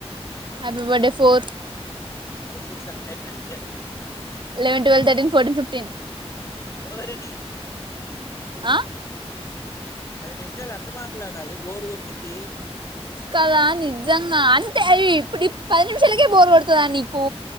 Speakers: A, on the right; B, on the left.
A: happy birthday four
B: six seven eight nine కె
A: eleven twelve thirteen fourteen fifteen
B: ఓరిని
A: అ
B: పది నిమిషాలు ఎంత మాట్లాడాలి బోరు కొట్టిది
A: కదా నిజ్జంగా అంటే అవి ఇప్పుడు పది నిమిషాలకే బోర్ కొడుతుందా నీకు